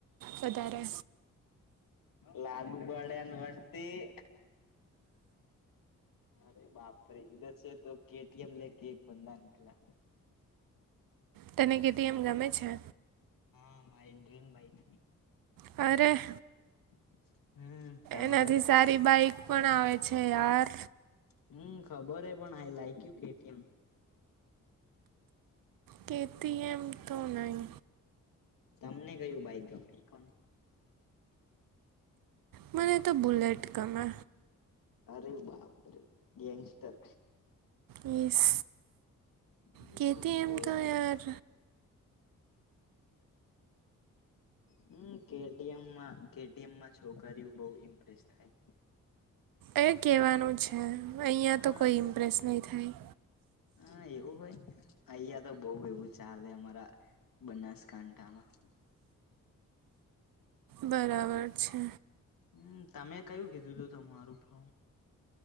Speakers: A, on the right; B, on the left.
A: વધારે.
B: લાગુ પડે ને વસ્તી. અરે બાપરે! ઈધર સે તો કેટીએમ લે કે એક બંધા નીકલા
A: તને કેટીએમ ગમે છે?
B: હ માયી ડ્રીમ બાઇક.
A: અરે!
B: <unintelligible> તમારે
A: એનાથી સારી બાઈક પણ આવે છે યાર.
B: હમ્મ, ખબર હે પણ આઈ લાઈકયુ કેટીએમ.
A: કે તી એમ તો નઈ.
B: તમને કયું બાઈક ગમે એ કો ને?
A: મને તો બુલેટ ગમે.
B: અરે બાપરે! ગેંગસ્ટર.
A: યેસ
B: હમ્મ
A: કે
B: મને
A: તી એમ
B: બુલેટ
A: તો
B: નહી
A: યાર
B: ગમતી હમ્મ કે ડી એમમાં, કે ડીમમાં છોકરીઓ બઉ ઇમ્પ્રેસ થાય.
A: એ કેહવાનું છે, અહીંયા
B: હા
A: તો કોઈ ઇમ્પ્રેસ નહીં થાય.
B: હા એવું હોય? અહીંયા તો બઉ એવું ચાલે અમારા બનાસકાંઠામાં.
A: બરાબર છે.
B: હમ્મ તમે કયું કીધું તું હતું તમારુ ફ્રોમ?